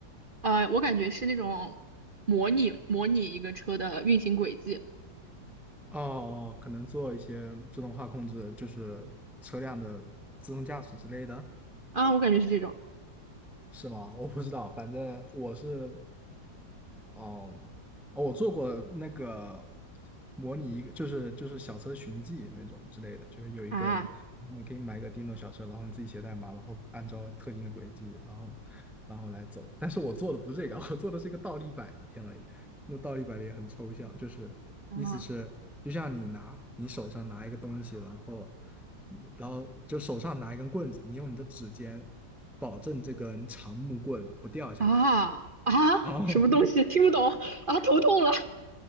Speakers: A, on the right (about 45°); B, in the centre.
A: 呃我感觉是那种模拟模拟一个车的运行轨迹
B: 哦哦，可能做一些自动化控制，就是车辆的自动驾驶之类的，
A: 啊，我感觉是这种
B: 是吗？我不知道，反正我是哦，哦，我做过那个模拟一个，就是就是小车寻迹那种之类的，就是有一个你可以买一个
A: 啊
B: Dino 小车，然后你自己写代码，然后按照特定的轨迹，然后然后来走。但是我做的不是这个，<laughs> 我做的是一个倒立摆的。天老爷，那倒立摆的也很抽象，就是意思是就像你拿你手上拿一个东西，
A: 啊
B: 然后然后就手上拿一根棍子，你用你的指尖保证这根长木棍不掉下来。
A: 啊啊什么东西听不懂啊，
B: 然后。
A: 头痛了